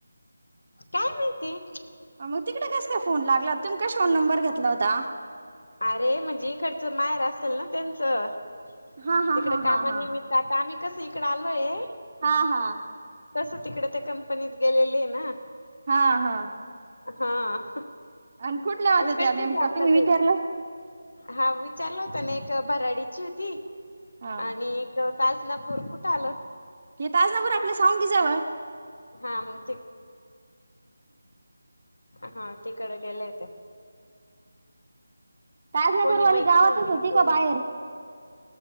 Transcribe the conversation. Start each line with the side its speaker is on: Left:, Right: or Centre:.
Left: काय माहिती
Right: मग तिकड कस काय फोन लागला तुम्ही कशावरून नंबर घेतला होता.
Left: अरे म्हणजे इकडच माहेर असेल ना त्यांचं
Right: हा हा
Left: तिकड
Right: हा
Left: कामा
Right: हा हा
Left: निमित्त आता आम्ही कस इकडे आलोय.
Right: हा हा.
Left: तस तिकडे ते कंपनीत गेलेले हे ना.
Right: हा हा.
Left: हा.
Right: आणि कुठल्या होत
Left: इकडचेच
Right: त्या नेमक
Left: आपलं
Right: तुम्ही विचारलं.
Left: ते हा विचारला होता ना एक भराडीची होती
Right: हा.
Left: आणि एक तासनापूर कुठ आलं.
Right: हे तज ना बर आपलं सॉग घीजवळ
Left: हा मग हा तिकडे गेलेय ते
Right: ताजनपूरवाली
Left: कोणी मैत्री
Right: गावातच
Left: नाही
Right: होती
Left: कोणी
Right: का बाहेर